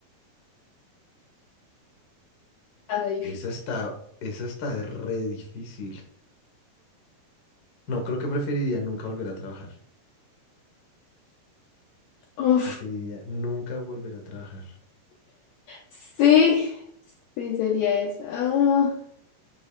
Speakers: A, on the left; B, on the left.
A: Nada difícil.
B: Esa está, esa está de re difícil. No, creo que preferiría nunca volver a trabajar.
A: Uf,
B: Preferiría nunca volver a trabajar.
A: sí, sí sería eso. Ah,